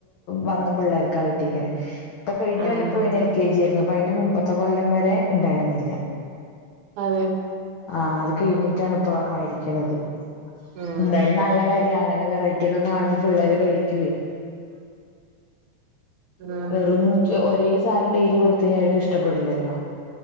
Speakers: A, on the left; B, on the right.
A: വന്ന പിള്ളേർക്ക കിട്ടീക്കണെ. പ്പൊ കഴിഞ്ഞ
B: ആഹ്
A: കൊല്ലപ്പൊ ഇവന് എൽ കെ ജി ആയിരുന്നു അപ്പൊ അയിന്റെ മുമ്പത്തെ കൊല്ലം വരെ ണ്ടായിരുന്നില്ല്യ.
B: അതെ.
A: ആഹ് അത് കഴിഞ്ഞിട്ടാണ് ഇപ്പ ആയിരിക്കണത്.
B: ആഹ്
A: ന്തായാലും നല്ല കാര്യം അങ്ങനെ വെറൈറ്റി ഒക്കെ കാണുമ്പോ. പുള്ളേര് കഴിക്കുവേ
B: ആഹ്
A: എറും. ഒരേ സാധനം ഡെയിലി കൊടുത്ത് കഴിഞ്ഞ അവര്ക്ക് ഇഷ്ടപ്പെടില്ലല്ലോ.